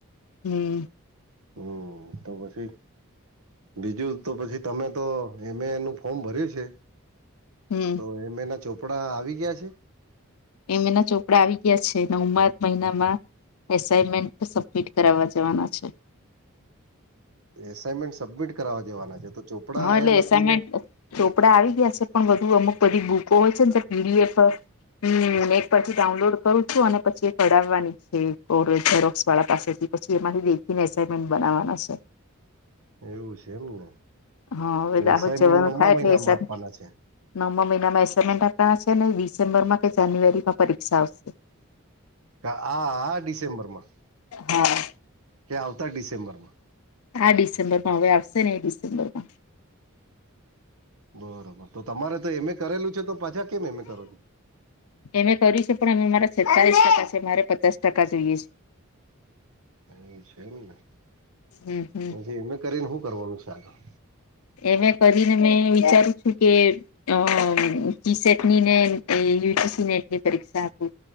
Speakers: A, on the left; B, on the right.
A: હમ.
B: હ તો પછી બીજું તો પછી તમે તો એમ એ એ નું ફોર્મ ભર્યું છે
A: હમ
B: તો એમ એ ના ચોપડા આવી ગયા છે?
A: એમ એ ના ચોપડા આવી ગયા છે નવમાં જ મહિનામાં એસાાઈનમેન્ટ સબમિટ કરાવા જવાના છે.
B: એસાાઈનમેન્ટ સબમિટ કરવા દેવાના છે તો ચોપડા
A: હા
B: આયા
A: એટલે એસાઇનમેન્ટ
B: નથી ને.
A: ચોપડા આવી ગયા છે પણ બધુ અમુક બધી બુકો હોય છે ને તો પીડીએફ હમ નેટ પરથી ડાઉનલોડ કરું છું, અને પછી એ કઢાવવાની છે, ઝેરોક્સ વાળા પાસેથી પછી એમાંથી દેખીને એસાાઈનમેન્ટ બનાવવાના છે.
B: એવું છે એમને,
A: હા હવે
B: તો
A: દાહોદ
B: એસાઈમેન્ટ
A: જવાનું
B: નવમા
A: થાય
B: મહિનામાં
A: એટલે એસા
B: આપવાના છે.
A: નવમા મહિનામાં એસાઈમેન્ટ આપવાના છે, ને ડિસેમ્બરમાં કે જાન્યુઆરીમાં પરીક્ષા આવશે.
B: <inaudible> આ ડિસેમ્બરમાં,
A: હા
B: કે આવતા ડિસેમ્બર માં?
A: આ ડિસેમ્બર માં હવે આવશે ને એ ડિસેમ્બર માં.
B: બરોબર તો તમારે તો એમે કરેલું છે, તો પાછા કેમ એમે કરો છો?
A: એમે કર્યું છે પણ અમે મારા સતાલીસ ટકા છે મારે પચાસ ટકા જોઈએ છે
B: એમ છે એમ ને
A: હમ હમ
B: પછી એમે કરીને શું કરવાનું છે આગળ?
A: એમે કરીને મેં વિચારું છું કે અ ટીસેટની ને યુટીસી નેટની પરીક્ષા આપું